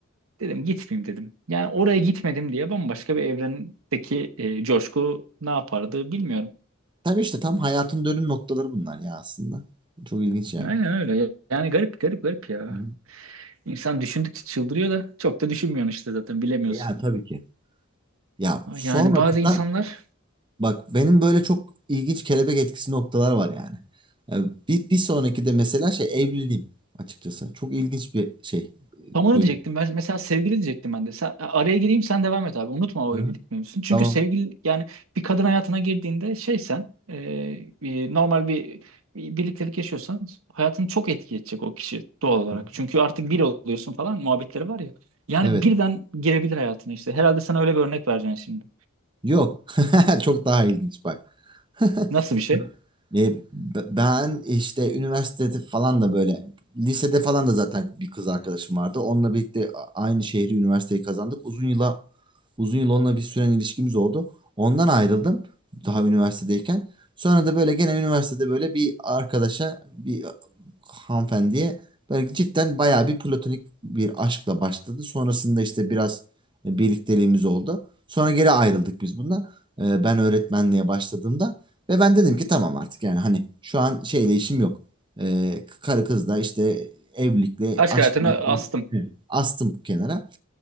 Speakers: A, on the right; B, on the right.
A: Dedim gitmeyeyim dedim. Yani oraya gitmedim diye bambaşka bir evrendeki e, coşku ne yapardı bilmiyorum.
B: Tabii işte tam hayatın dönüm noktaları bunlar ya aslında. Çok ilginç yani.
A: Aynen öyle. Yani garip garip garip ya.
B: Hı.
A: İnsan düşündükçe çıldırıyor da çok da düşünmüyorsun işte zaten bilemiyorsun.
B: E Ya tabii ki. Ya sonrasında
A: Yani bazı insanlar
B: bak benim böyle çok ilginç kelebek etkisi noktalar var yani. Yani bir, bir sonraki de mesela şey evliliğim açıkçası. Çok ilginç bir şey.
A: tamamı
B: Dönüm.
A: diyecektim. Ben mesela sevgili diyecektim ben de. Sen, araya gireyim sen devam et abi. Unutma o
B: Hı hı.
A: evlilik mevzusunu. Çünkü
B: Tamam.
A: sevgili yani bir kadın hayatına girdiğinde şey sen e, e, normal bir, bir birliktelik yaşıyorsan hayatını çok etki edecek o kişi doğal olarak.
B: Hı hı.
A: Çünkü artık bir oluyorsun falan muhabbetleri var ya. Yani
B: Evet.
A: birden girebilir hayatına işte. Herhalde sana öyle bir örnek vereceksin şimdi.
B: Yok. <laughs> Çok daha ilginç bak. <laughs>
A: Nasıl bir şey?
B: E, b- ben işte üniversitede falan da böyle lisede falan da zaten bir kız arkadaşım vardı. Onunla birlikte a- aynı şehri üniversiteyi kazandık. Uzun yıla uzun yıl onunla bir süren ilişkimiz oldu. Ondan ayrıldım daha üniversitedeyken. Sonra da böyle gene üniversitede böyle bir arkadaşa bir hanımefendiye böyle cidden bayağı bir platonik bir aşkla başladı. Sonrasında işte biraz e, birlikteliğimiz oldu. Sonra geri ayrıldık biz bununla. E, ben öğretmenliğe başladığımda. Ve ben dedim ki tamam artık yani hani şu an şeyle işim yok. Ee, karı kız da işte evlilikle
A: Aşk
B: aşkla
A: hayatına astım.
B: Hı. astım kenara